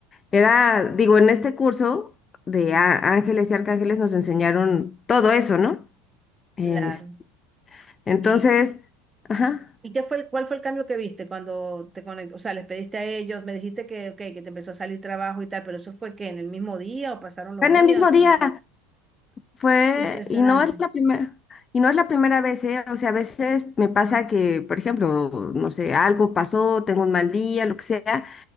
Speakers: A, on the left; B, on the right.
A: Era, digo, en este curso de á- ángeles y arcángeles nos enseñaron todo eso, ¿no? Es-
B: Claro.
A: entonces,
B: Y,
A: ajá,
B: ¿Y qué fue el, cuál fue el cambio que viste cuando te conectaste? O sea, les pediste a ellos, me dijiste que, ok, que te empezó a salir trabajo y tal, pero eso fue que en el mismo día o pasaron los
A: fue
B: días,
A: en el mismo día.
B: ¿cómo fue?
A: Fue,
B: Impresionante.
A: y no es la primera, y no es la primera vez, ¿eh? O sea, a veces me pasa que, por ejemplo, no sé, algo pasó, tengo un mal día, lo que sea,